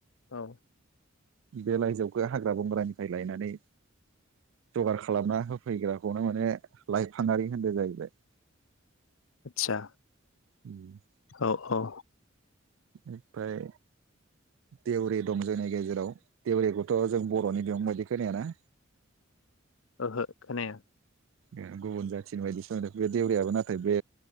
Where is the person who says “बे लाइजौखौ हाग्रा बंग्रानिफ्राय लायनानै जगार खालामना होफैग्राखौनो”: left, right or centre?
Right